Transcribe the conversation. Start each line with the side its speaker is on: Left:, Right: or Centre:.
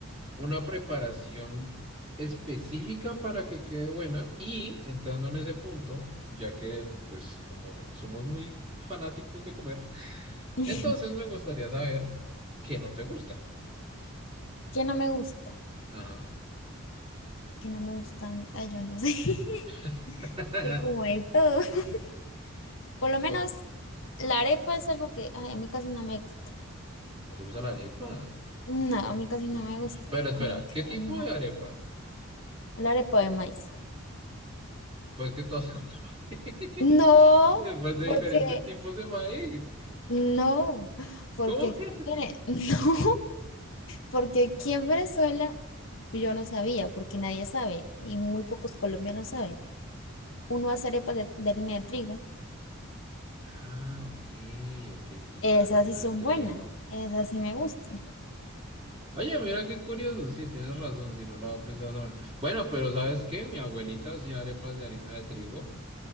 Right: una preparación específica para que quede buena y entrando en ese punto, ya que pues como somos muy fanáticos de comer, <laughs>
Left: <laughs>
Right: entonces me gustaría saber qué no te gusta.
Left: ¿Qué no me gusta?
Right: Ajá.
Left: ¿Qué no me gusta a mí? Ay, yo no sé. <laughs>
Right: <laughs>
Left: Yo como de todo. <laughs> Por lo menos
Right: Oh,
Left: la arepa es algo que ay, a mí casi no me gusta.
Right: ¿No te gusta la arepa?
Left: No, a mí casi no me gusta.
Right: Pero espera,
Left: Como que
Right: ¿qué tipo
Left: no.
Right: de arepa?
Left: La arepa de maíz.
Right: Pues que todas son <laughs> maíz.
Left: No,
Right: Después de
Left: porque
Right: diferentes tipos de maíz.
Left: no, porque
Right: ¿Cómo
Left: aquí
Right: que
Left: en
Right: no?
Left: Vene- <laughs> no, porque aquí en Venezuela yo no sabía, porque nadie sabe y muy pocos colombianos saben. Uno hace arepas de, de harina de trigo.
Right: Ah, ok, ok, sí, claro,
Left: Esas
Right: harina
Left: sí son
Right: de trigo.
Left: buenas, esas sí me gustan.
Right: Oye, mira qué curioso, sí, tienes razón, si no lo había pensado sobre. Bueno, pero ¿sabes qué? Mi abuelita hacía arepas de harina de trigo,